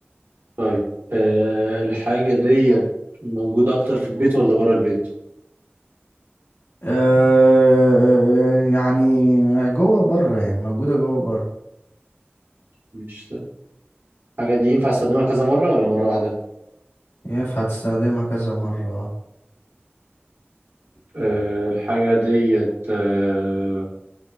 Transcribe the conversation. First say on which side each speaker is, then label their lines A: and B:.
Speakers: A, on the right; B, on the left.
A: طيب آه، الحاجة ديت موجودة أكتر في البيت ولا بره البيت؟
B: أه يعني جوه بره يعني موجودة جوه بره
A: مش طيب. الحاجة دي ينفع استخدمها كذا مرة ولا مرة واحدة؟
B: ينفع تستخدمها كذا مرة اه.
A: آه، الحاجة ديت آه،